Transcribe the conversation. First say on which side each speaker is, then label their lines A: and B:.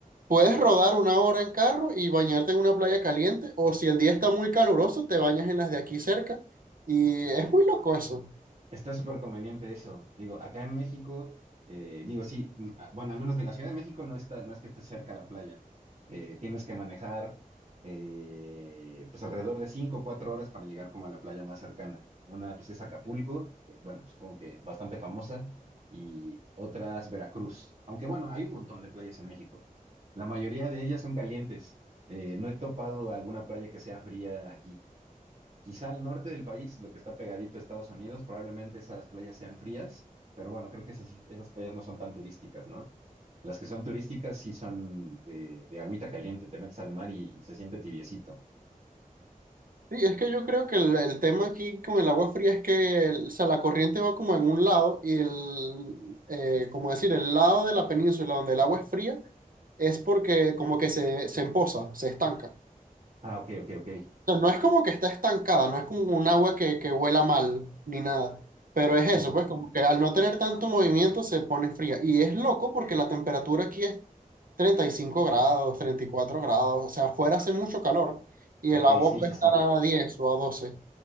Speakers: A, on the right; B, on the right.
A: puedes rodar una hora en carro y bañarte en una playa caliente, o si el día está muy caluroso, te bañas en las de aquí cerca. Y es muy loco eso.
B: Está súper conveniente eso. Digo, acá en México, eh, digo, sí, n- a- bueno, al menos de la Ciudad de México no está, no es que esté cerca la playa. Eh, tienes que manejar eh, pues alrededor de 5, o 4 horas para llegar como a la playa más cercana. Una pues es Acapulco, que, bueno, supongo que bastante famosa, y otras Veracruz. Aunque bueno, hay un montón de playas en México. La mayoría de ellas son calientes. Eh, no he topado alguna playa que sea fría aquí. Quizá al norte del país, lo que está pegadito a Estados Unidos, probablemente esas playas sean frías, pero bueno, creo que esas, esas playas no son tan turísticas, ¿no? Las que son turísticas sí son de, de agüita caliente, te metes al mar y, se siente tibiecito.
A: Sí, es que yo creo que el, el tema aquí con el agua fría es que el- o sea, la corriente va como en un lado y el, eh, como decir, el lado de la península donde el agua es fría es porque como que se, se empoza, se estanca.
B: Ah, ok, ok, ok.
A: O sea, no es como que está estancada, no es como un agua que, que huela mal ni nada, pero es
B: Sí,
A: eso, pues como que al no tener tanto movimiento se pone fría. Y es loco porque la temperatura aquí es 35 grados, 34 grados, o sea, afuera hace mucho calor y
B: ok,
A: el agua
B: sí,
A: puede
B: sí, sí.
A: estar a 10 o a doce